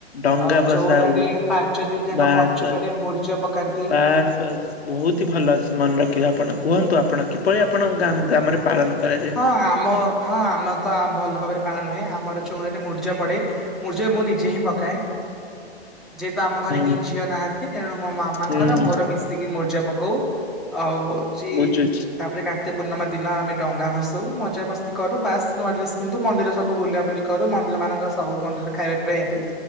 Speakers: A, on the left; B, in the centre.
A: ଡଙ୍ଗା
B: ଅ
A: ଭସା
B: ଚଉରାରେ
A: ହଉ,
B: ପାଞ୍ଚ ଦିନ ଯାକ
A: ବାସ
B: ପଞ୍ଚୁକରେ
A: ବାସ
B: ମୁର୍ଜ ପକାନ୍ତି।
A: ବାସ ବାସ ବହୁତ ହି ଭଲ ଅଛି ମନେ ରଖିଲେ ଆପଣ କୁହନ୍ତୁ ଆପଣ। ଆପଣ କିପରି ଆପଣ ଗ ଗ୍ରାମରେ ପାଳନ କରାଯାଏ।
B: ହଁ ଆମ ହଁ ଆମେ ତ ଭଲ ଭାବରେ ପାଳନ ହୁଏ। ଆମର ଚଉଁରାରେ ମୂର୍ଜା ପଡେ। ମୂର୍ଯ ମୁଁ ନିଜେ ହିଁ ପକାଏ। ଯେହେତୁ ଆମ ଘରେ
A: ହୁଁ
B: କେହି ଝିଅ ନାହାନ୍ତି, ତେଣୁ ମୋ ମାମାଙ୍କର
A: ହୁଁ
B: ମୋର ମିଶିକି ମୂର୍ଜା ପକାଉ। ହଉ ହଉ।
A: ବୁଝୁଛି।
B: ତାପରେ କାର୍ତ୍ତିକ ପୂର୍ଣ୍ଣିମା। ଦିନ ଆମେ ଡଙ୍ଗା ଭସ ମଜା ମସ୍ତି କରୁ ବାସ୍ ନୂଆ ଡ୍ରେସ ପିନ୍ଧୁ, ମନ୍ଦିର ସବୁଲ ବୁଲା ବୁଲି କରୁ ମନ୍ଦିର ମାନଙ୍କ ସବୁ ମନ୍ଦିର ଖାଇବାପିଇବା ହେଇଥାଏ
A: ହଁ